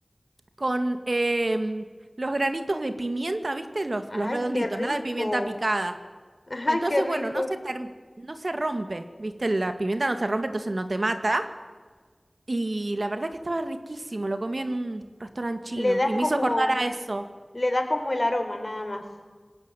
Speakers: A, on the right; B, on the left.
A: con em, los granitos de pimienta, ¿viste? Los,
B: Ay,
A: los redonditos,
B: qué rico.
A: nada de pimienta picada.
B: Ay,
A: Entonces,
B: qué rico.
A: bueno, no se, term- no se rompe, ¿viste? La pimienta no se rompe, entonces no te mata. Y la verdad que estaba riquísimo, lo comí en un restaurante chino
B: Le das
A: y
B: como,
A: me hizo acordar a eso.
B: le da como el aroma nada más.